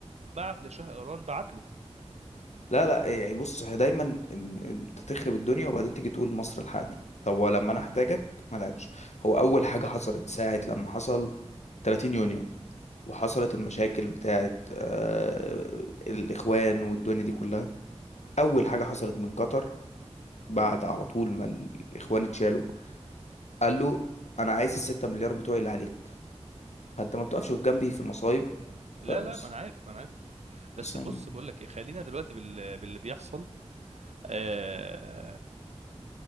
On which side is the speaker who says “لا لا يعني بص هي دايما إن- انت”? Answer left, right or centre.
Left